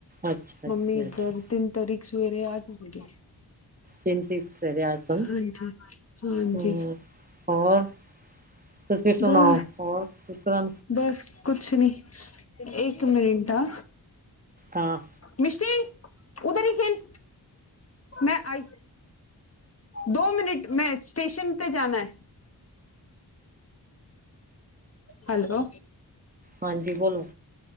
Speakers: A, on the right; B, on the left.
A: ਅੱਛਾ
B: ਮੰਮੀ
A: ਜੀ
B: ਇੱਧਰ
A: ਅੱਛਾ
B: ਤਿੰਨ ਤਾਰੀਖ ਸਵੇਰੇ ਆ ਜਾਣਗੇ।
A: ਚਿੰਤਿਤ ਸਵੇਰੇ ਅੱਜ ਕੱਲ
B: ਹਾਂਜੀ, ਹਾਂਜੀ।
A: ਹੂੰ ਹੋਰ, ਤੁਸੀਂ ਸੁਣਾਓ?
B: ਬ
A: ਹੋਰ ਕਿਸ ਤਰ੍ਹਾ
B: ਬਸ ਕੁਛ ਨੀ, ਇੱਕ ਮਿੰਟ ਆ
A: ਹਾਂ।
B: ਮਿਸ਼ਟੀ ਉਧਰ ਹੀ ਖੇਲ। ਮੈਂ ਆਈ, ਦੋ ਮਿਨਟ ਮੈਂ ਸਟੇਸ਼ਨ ਤੇ ਜਾਣਾ ਏ। ਹੈਲੋ।
A: ਹਾਂਜੀ ਬੋਲੋ